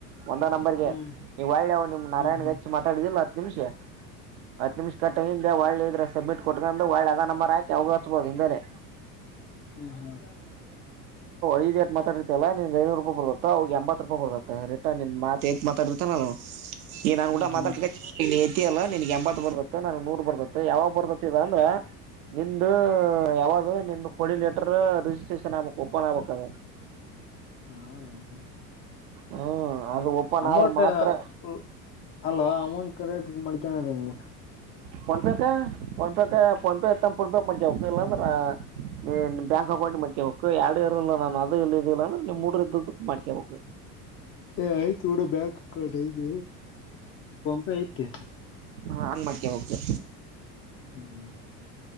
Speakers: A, on the right; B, on the left.
A: ಒಂದ ನಂಬರ್ಗೆ
B: ಹ್ಮ್
A: ನೀ ವಳ್ಳಿ ನಿಮ್ ನಾರಾಯಣ್ಗೆ
B: ಹ್ಮ್ ಹ್ಮ್ ಹ್ಮ್
A: ಹಚ್ಚ ಮಾತಾಡಿದಿಲ್ಲ ಹತ್ತು ನಿಮಿಷ. ಹತ್ತು ನಿಮಿಷ ಕಟ್ಟಿಂದೆ ಒಳ್ಳಿ ಇದ್ರ. ಸಬ್ಮಿಟ್ ಕೊಟ್ಕಂಡು ಒಳ್ಳೆ ಅದ ನಂಬರ್ ಹಾಕಿ ಅವ್ಗ ಹಚ್ಬೋದು ಹಿಂದೆಲೆ.
B: ಹ್ಮ ಹ್ಮ.
A: ಐದು ಎಟ್ ಮಾತಾಡ್ತಲ್ಲ ನಿನ್ ಐನೂರು ರೂಪಾಯ ಬರ್ತ್ತ ಅವಿಗೆ ಎಂಬತ್ತು ರೂಪಾಯ ಬದತ್ತ ರಿಟನ್ ನಿ ಮಾತ್. ಬತತ ನಲ್ಲಾಮ. <inaudible> ಈ ನಾನ್
B: ಹ್ಮ್
A: ಗುಡಾ
B: ಹ್ಮ್
A: ಮಾತಾಡ್ ಎತ್ತ ಅಲ್ಲ ನಿನ್ಗ್ ಎಂಬತ್ ಬರ್ಬೇಕು ನನ್ಗ್ ನೂರ್ ಬರ್ಬೇಕು ಯಾವಾಗ್ ಬರ್ತತಿ ಅಂದ್ರೆ. ನಿಮ್ದ ಯಾವದು ನಿಮ್ದು ಕೊಳಿ ಲೆಟರ್ ರಿಜಿಸ್ಟ್ರೇಷನ್ ಆಗ್ಬಬೇಕು ಓಪನ್ ಆಗ್ಬಬೇಕ ಅದ.
B: ಹೌದೇನು
A: ಹ್ಮ್ ಅದು ಓಪನ್
B: ಅಮೌಂಟ್
A: ಆದ್ರ ಮಾತ್ರ
B: ಹು. ಅಲ್ಲೋ ಅಮೌಂಟ್ ಕರೆಟ್ ಮಾಡ್ಕನದ ಹೆಂಗ.
A: ಫೋನ್ಪೇೇಕ ಫೋನ್ಪೇಕ ಫೋನ್ಪೇ ಇತ್ತ ಫೋನ್ಪೇ ಮಾಡ್ಕೊಬೇಕು ಇಲ್ಲ ಅಂದ್ರ. ನೀ ಬ್ಯಾಂಕ್ ಅಕೌಂಟ್ ಮಾಡ್ಕೇಬೇಕು ಎರಡು ಇರಲ್ಲ ನಾನು ಅದು ಇಲ್ಲ ಇದಿಲ್ಲ ನಿಮ್ ಹುಡ್ಗರ್ ಇದ್ದದಕ್ಕ ಮಾಡ್ಕೇಬೇಕು. <unintelligible>
B: ಏ ಆಯ್ತ ಬಿಡ್ ಬ್ಯಾಂಕ್ ಅಕೌಂಟ್ ಐತೆ ಫೋನ್ಪೇ ಆಯ್ತಿ.
A: ಹಾ ಅನ್ ಮಾಡ್ಕಬೇಕು.
B: ಹ್ಮ್